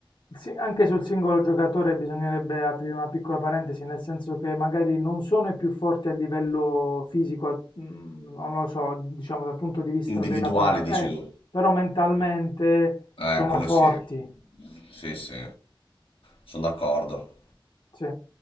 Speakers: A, on the left (about 60°); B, on the left (about 80°).
A: sì, anche sul singolo giocatore bisognerebbe aprire una piccola parentesi, nel senso che magari non sono i più forti a livello fisico, a- mm, non lo so, diciamo dal punto di vista
B: Individuale
A: della fantasia,
B: dici tu.
A: però mentalmente
B: Eh,
A: sono
B: quello
A: forti.
B: sì. Sì, sì. Sono d'accordo.
A: Sì.